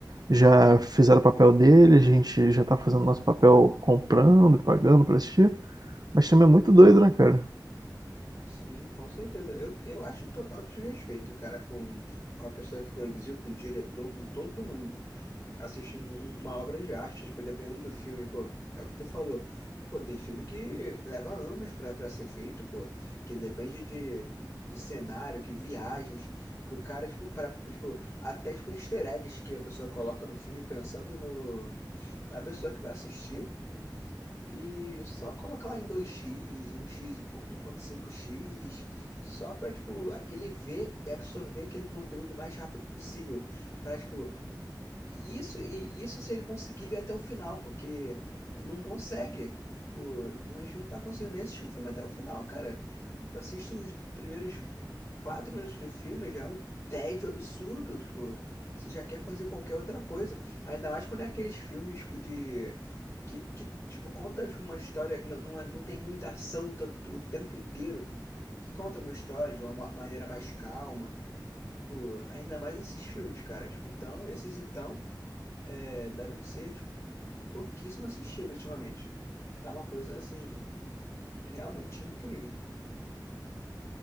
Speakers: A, on the right; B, on the left.
A: já fizeram o papel dele, a gente já tá fazendo nosso papel comprando e pagando pra assistir, mas também é muito doido, né, cara?
B: Sim, com certeza. Eu, eu acho um total desrespeito, cara, com, com a pessoa que produziu, com o diretor, com todo mundo. assistir um- um, uma obra de arte, tipo, dependendo do filme, pô, é o que tu falou. Pô, tem filme que leva anos pra, pra ser feito, pô, que depende de, de cenário, que viagens, pro cara, tipo, pra, tipo, até, tipo, easter eggs que a pessoa coloca no filme pensando no, na pessoa que vai assistir. E só colocar lá em dois x um x e um ponto cinco x só pra, tipo, ele ver e absorver aquele conteúdo o mais rápido possível. Pra, tipo, isso, e isso se ele conseguir ver até o final, porque não consegue. O, não- a gente não tá conseguindo nem assistir o filme até o final, cara. tu assiste os primeiros quatro minutos do filme, já é um tédio absurdo. Tipo, você já quer fazer qualquer outra coisa. Ainda mais quando é aqueles filmes, tipo, de. Que, que tipo, conta tipo, uma história. Não, não, é- não tem muita ação to- o tempo inteiro. Que conta uma história de uma ma- maneira mais calma. Tipo, ainda mais esses filmes, cara. Tipo, então, esses então é, devem ser, tipo, pouquíssimo assistido ultimamente. Tá uma coisa, assim, realmente incrível.